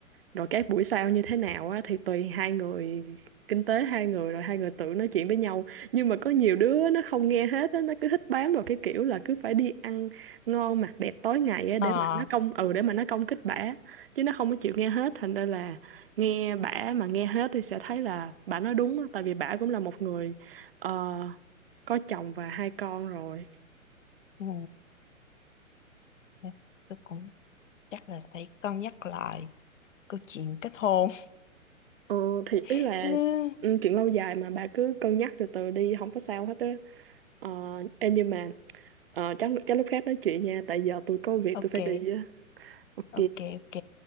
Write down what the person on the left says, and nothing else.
ờ
ừ Dạ, Tôi cũng chắc là phải cân nhắc lại câu chuyện kết hôn.
<laughs>
Nè,
Ok,
ok, ok.